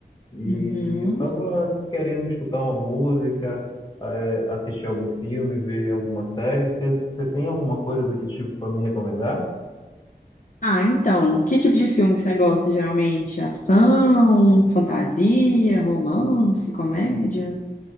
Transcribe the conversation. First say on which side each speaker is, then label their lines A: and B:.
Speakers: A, on the left; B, on the left.
A: E
B: Uhum.
A: eu tava querendo escutar uma música, é, assistir algum filme, ver alguma série. Você você tem alguma coisa desse tipo para me recomendar?
B: Ah, então, que tipo de filme que você gosta geralmente? Ação, fantasia, romance, comédia?